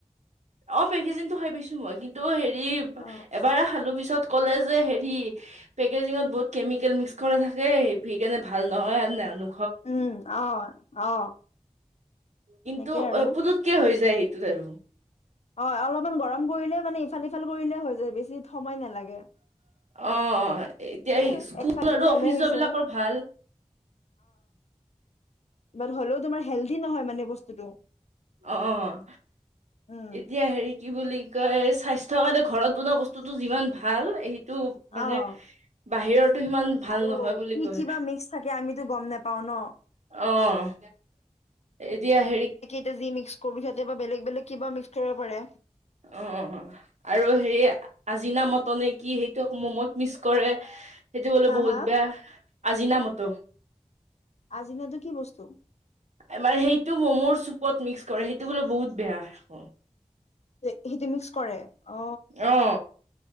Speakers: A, on the right; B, on the left.
A: অ', পেকেজিনটো খাই পাইছো মই কিন্তু হেৰি
B: অ
A: এবাৰ খালো পিছত ক'লে যে, হেৰি পেকেজিঙত বহুত কেমিকেল মিক্স কৰা থাকে সেইকাৰণে ভাল নহয় নো
B: উম, অ। অ।
A: কিন্তু
B: এনেকে আৰু
A: পুতুতকে হৈ যায় সি <unintelligible>
B: অ', অলপমান গৰম কৰিলে মানে ইফাল সিফাল কৰিলে হৈ যায় বেছি সময় নালাগে
A: অ', এতিয়া
B: সেই
A: ইস্কুল
B: আৰু একফালদি
A: আৰু
B: ভালে
A: অফিচ
B: হৈছে
A: যোৱা বিলাকৰ ভাল
B: বাৰু হ'লেও তোমাৰ হেলথ নহয় মানে বস্তুটো
A: অ',
B: উম
A: এতিয়া হেৰি কি বুলি কয় স্বাচ <unintelligible> ঘৰত বনোৱা বস্তুটো যিমান ভাল এই টো
B: অ
A: মানে বাহিৰতো সিমান ভাল
B: আৰু
A: নহয় বুলি
B: কি
A: কয়
B: কি বা মিক্স থাকে আমিতো গম নোপাও ন
A: অ', এতিয়া হেৰি
B: <unintelligible> বৰ বেলেগ বেলেগ কিবা কৰিব পাৰে
A: অ অ আৰু হে আজিনা মতনে কি কৌ ম'মত মিচ কৰে সেইটো বোলে
B: হা
A: বহুত
B: হা
A: বেয়া আজিনা মতু
B: আজিনাটো কি বস্তু
A: এবাৰ সেইটো মমৰ চুপ পত মিক্স কৰে সেইটো বোলে বহুত বেয়া অ
B: সেইটো মিক্স কৰে? অ
A: অ